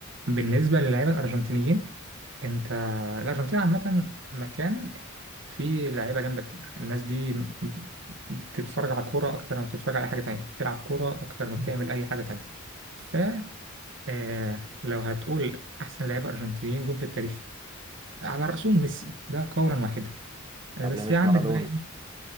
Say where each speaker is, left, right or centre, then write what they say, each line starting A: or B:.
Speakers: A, on the right; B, on the right.
A: بالنسبة للاعيبة الأرجنتينيين أنت الأرجنتين عامة مكان فيه لعيبة جامدة كتير الناس دي بتتفرج على كورة أكتر ما بتتفرج على حاجة تانية بتلعب كورة أكتر ما بتعمل أي حاجة تانية ف آه، لو هتقول أحسن لعيبة أرجنتينيين جم في التاريخ على رأسهم ميسي ده قولا واحدا آه،
B: طب
A: بس
B: ليه مش
A: عندك
B: مارادونا
A: بقى إيه؟